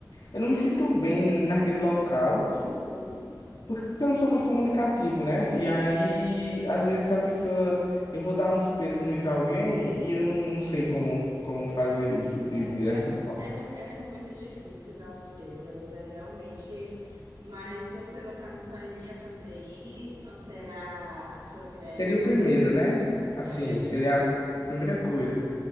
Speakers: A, on the left (about 70°); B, on the right (about 85°).
A: eu não me sinto bem naquele local.
B: Uhum.
A: Porque eu não sou muito comunicativo, né? E aí, às vezes a pessoa. Eu vou dar uns pêsames a alguém e eu não, não sei como, como fazer isso de,
B: É,
A: dessa
B: é muito,
A: forma.
B: é, é muito difícil dar os pêsames, é realmente. Mas você, no caso, só iria fazer isso, alterar suas. É,
A: Seria
B: no...
A: o primeiro, né? Assim,
B: Aí depois.
A: seria a primeira coisa.